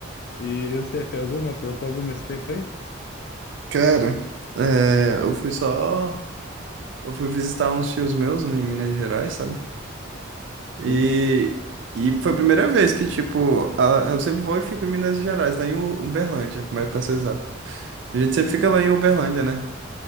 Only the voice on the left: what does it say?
E, e você fez alguma? Aprontou alguma esse tempo aí?
Sim.